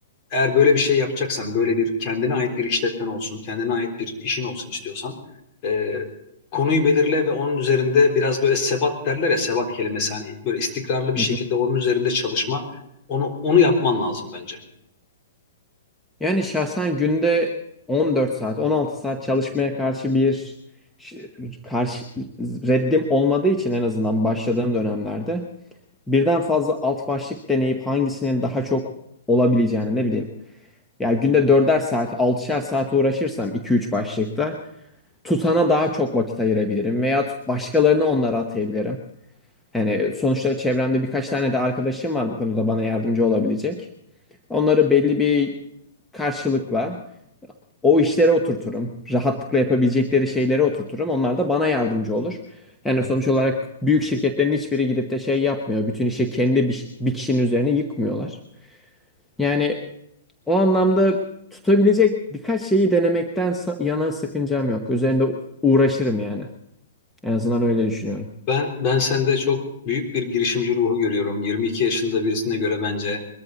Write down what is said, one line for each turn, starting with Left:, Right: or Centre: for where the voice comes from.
Left: eğer böyle bir şey yapacaksan, böyle bir kendine ait bir işletmen olsun, kendine ait bir işin olsun istiyorsan e, konuyu belirle ve onun üzerinde biraz böyle sebat derler ya sebat kelimesi hani böyle istikrarlı bir
Centre: Hı
Left: şekilde
Centre: hı.
Left: onun üzerinde çalışma, onu onu yapman lazım bence.
Centre: Yani şahsen günde 14 saat, 16 saat çalışmaya karşı bir ş- karşı reddim olmadığı için en azından başladığım dönemlerde birden fazla alt başlık deneyip hangisinin daha çok olabileceğini ne bileyim. Ya günde 4'er saat, 6'şer saat uğraşırsam iki üç başlıkta tutana daha çok vakit ayırabilirim veya başkalarını onlara atayabilirim. Yani sonuçta çevremde birkaç tane de arkadaşım var bu konuda bana yardımcı olabilecek. Onları belli bir karşılıkla o işlere oturturum. Rahatlıkla yapabilecekleri şeylere oturturum. Onlar da bana yardımcı olur. Yani sonuç olarak büyük şirketlerin hiçbiri gidip de şey yapmıyor. Bütün işi kendi bir, bir kişinin üzerine yıkmıyorlar. Yani o anlamda tutabilecek birkaç şeyi denemekten sa- yana sakıncam yok. Üzerinde uğraşırım yani. En azından öyle düşünüyorum.
Left: Ben ben sende çok büyük bir girişimci ruhu görüyorum. 22 yaşında birisine göre bence